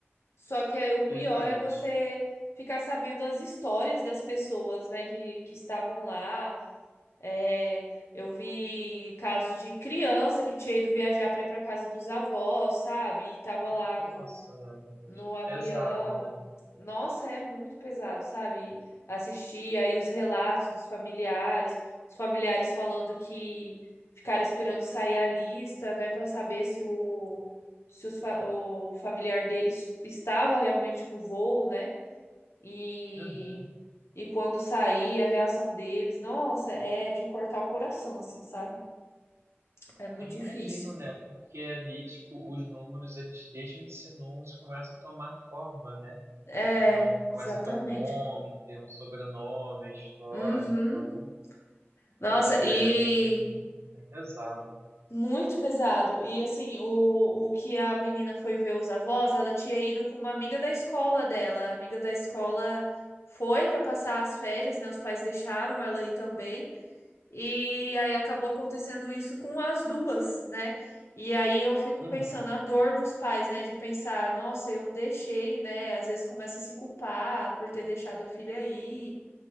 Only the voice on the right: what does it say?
verdade.
Nossa,
gente.
Pesada, né?
Uhum.
Eu imagino,
né? Porque ali, tipo, os números, eles deixam de ser números e começam a tomar forma, né?
Então, começa
a ter um nome, ter um sobrenome, a história.
Então,
acho que
é, é bem, bem pesado.
Uhum,